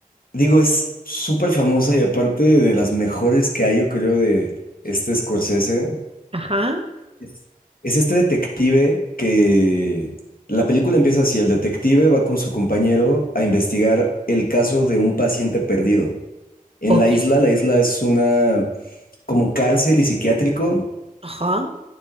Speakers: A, on the left; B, on the right.
A: Digo, es súper famosa y aparte de las mejores que hay, yo creo, de este Scorsese,
B: Ajá,
A: es es este detective que la película empieza así, el detective va con su compañero a investigar el caso de un paciente perdido. En
B: ok,
A: la isla, la isla es una como cárcel y psiquiátrico,
B: ajá,